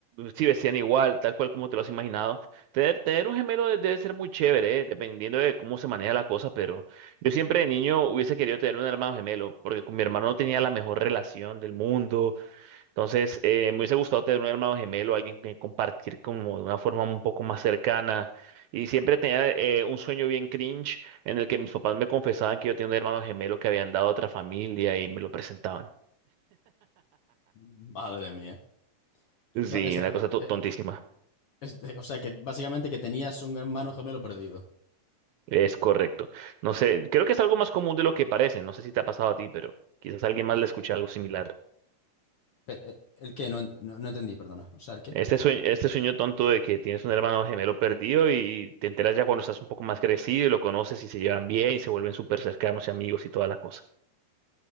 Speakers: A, on the right; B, on the left.
A: sí vestían igual, tal cual como te lo has imaginado. Tener, tener un gemelo de- debe ser muy chévere, eh, dependiendo de cómo se maneja la cosa, pero yo siempre de niño hubiese querido tener un hermano gemelo, porque con mi hermano no tenía la mejor relación del mundo. Entonces, eh, me hubiese gustado tener un hermano gemelo, alguien que compartir como de una forma un poco más cercana. Y siempre tenía eh, un sueño bien cringe en el que mis papás me confesaban que yo tenía un hermano gemelo que habían dado a otra familia y me lo presentaban.
B: Madre mía.
A: Sí,
B: Va- esta-
A: una cosa
B: eh,
A: to-
B: eh,
A: tontísima.
B: este, o sea que básicamente que tenías un hermano gemelo perdido.
A: Es correcto. No sé, creo que es algo más común de lo que parece. No sé si te ha pasado a ti, pero quizás a alguien más le escuche algo similar.
B: Pe- eh, ¿El qué? No, ent- no, no entendí, perdona. O sea, ¿el qué?
A: Este sueño, este sueño tonto de que tienes un hermano gemelo perdido y te enteras ya cuando estás un poco más crecido y lo conoces y se llevan bien y se vuelven súper cercanos y amigos y toda la cosa.